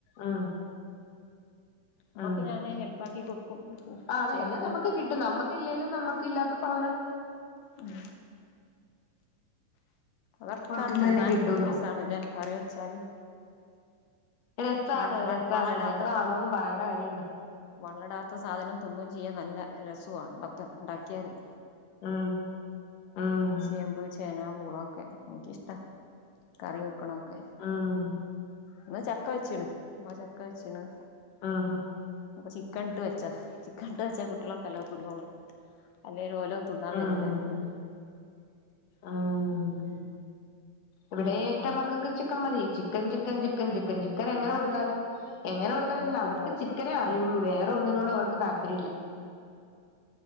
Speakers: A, on the left; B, on the left.
A: ആ
B: ഉമ്മക്ക്
A: ആ
B: ഞാന് ഹെൽപ്പാക്കി കൊടുക്കും
A: ആ അത്
B: ചേമ്പ്
A: എല്ലാം നമുക്ക് കിട്ടും നമ്മ‌ക്കില്ലേലും നമ്മ‌ക്കില്ലാത്ത സാധനം.
B: ഉം അതൊക്കാൻ
A: പുറത്തുന്ന്
B: തിന്നാൻ
A: തന്നെ കിട്ടൂലോ
B: രസാണല്ലേ കറി വെച്ചാല്.
A: രസാണ്
B: വ വ
A: രസാണ്
B: വള ഇടാത്ത
A: രസാണോന്ന് പറയേണ്ട കാര്യണ്ടോ
B: വള ഇടാത്ത സാധനം തിന്നും ചെയ്യാ നല്ല- രസും ആണ് ഇതെക്കെഉണ്ടാക്കിയാല്-
A: ഉം ഉം
B: ചേമ്പ് ചേന- പൂള- ഓക്കെ എനിക്കിഷ്ട കറി വക്കാ ണോക്കെ
A: ഉം
B: ഇന്ന് ചക്ക വെച്ച്ണ് ന്നാ ച ക്ക വെച്ച് ണ്-
A: ആഹ് -
B: പ്പം ചിക്കൻട്ട് വെച്ചാ ചിക്കൻ ഇട്ട് വെച്ചാ കുട്ടികളെക്കെ നല്ലോ തിന്നോളും അല്ലേല് ഓലെന്നും തിന്നാൻ
A: ഉം
B: വരൂല
A: ഉം ഇവിടെ ഏന്റെ മക്കക്കും ചിക്കൻ മതി ചിക്കൻ ചിക്കൻ ചിക്കൻ ചി ചിക്കൻ ചിക്കന് എങ്ങനെ
B: ആഹ്
A: കൊടുത്താലും എങ്ങനെ കൊടുത്താലും
B: ഓല്
A: നല്ലഅവർക്ക്
B: തിന്നോളും
A: ചിക്കനേ അറിയെള്ളൂ
B: ഉം
A: വേറെ ഒന്നിനോട് അവർക്ക് താല്പര്യം ഇല്ല